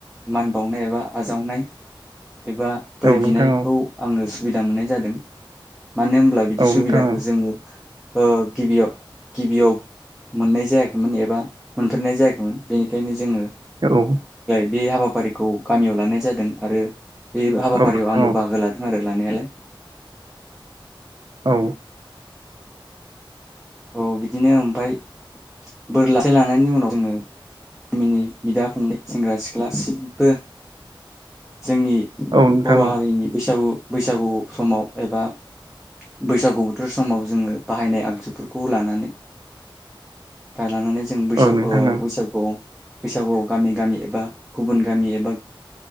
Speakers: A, in the centre; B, on the right.
A: मान बावनाय एबा आजावनाय एबा बोर
B: औ नोंथां
A: बिनाय
B: औ
A: खौ आंङो सुबिदा मोननाय जादों मानो होमब्ला बिदि
B: औ
A: सुबिदाखौ
B: नोंथां औ
A: जोंङो ‌ओ गिबियाव गिबिया‌‌ब मोननाय जायाखै मोन्नायाबा मोनफेरनाय जायाखैमोन बेनिखायनो जोंङो
B: औ
A: बे हाबाफारिखौ गामियाव लानाय जादों आरो बे हाबाफारियाव
B: औ नोंथां
A: आंबो बाहागो लादों आरो लानायालाय
B: औ
A: औ बिदिनो ओमफाय बोर लासो लानायनि उनाव जोंङो गामिनि बिदा फंबाय सेंग्रा सिख्ला सिबबो जोंनि
B: औ नोंथां
A: बर'
B: औ
A: हारिनि बैसागु बैसागु समाव एबा बैसागु बोथोर समाव जोङो बाहायनाय आगजुफोरखौ खौ लानानै लानानै जों बैसागु
B: औ नोंथां ओं
A: बैसागुआव बैसागुआव गामि गामि एबा गुबुन गामि एबा